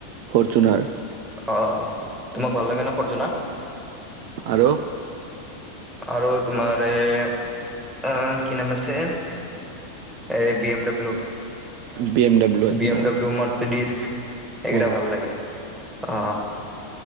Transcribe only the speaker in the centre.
অ', তোমাক ভাল লাগে না ফৰ্চুনাৰ?
আৰু তোমাৰ এ কি নাম আছে। এই B MW
B এমডব্লু মৰ্চিডিছ। এইকেইটা
ভাল লাগে অ'।